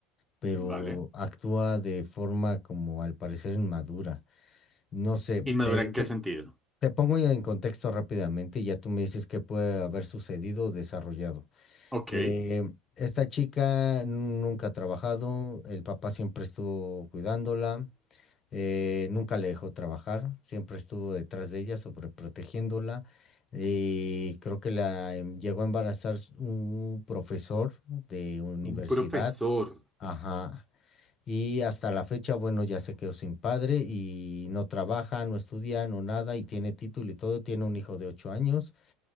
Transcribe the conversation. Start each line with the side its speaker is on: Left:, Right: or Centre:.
Left: pero
Centre: vale.
Left: actúa de forma como al parecer inmadura. No sé,
Centre: ¿Inmadura
Left: te,
Centre: en qué
Left: te
Centre: sentido?
Left: te pongo en contexto rápidamente y ya tú me dices qué puede haber sucedido o desarrollado.
Centre: Ok,
Left: Eh, esta chica nunca ha trabajado, el papá siempre estuvo cuidándola, eh, nunca la dejó trabajar, siempre estuvo detrás de ella, sobreprotegiéndola. Y creo que la em- llegó a embarazar s- un profesor de universidad,
Centre: un profesor.
Left: ajá. Y hasta la fecha, bueno, ya se quedó sin padre y no trabaja, no estudia, no nada, y tiene título y todo, tiene un hijo de ocho años